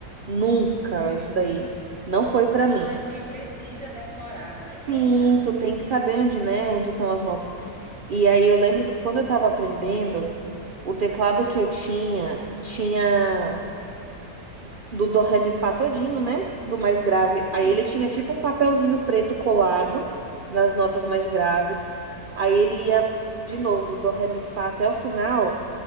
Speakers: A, on the right; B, in the centre.
A: Nunca, isso daí não foi pra
B: Ah,
A: mim.
B: é porque precisa decorar,
A: Sim,
B: né? Verdade.
A: tu tem que saber onde, né, onde são as notas. E aí eu lembro que quando eu tava aprendendo, o teclado que eu tinha tinha do do ré mi fá todinho, né? Do mais grave.
B: Sim,
A: Aí ele tinha tipo um papelzinho preto colado nas notas mais graves. Aí ele ia de novo do do ré mi fá até o final,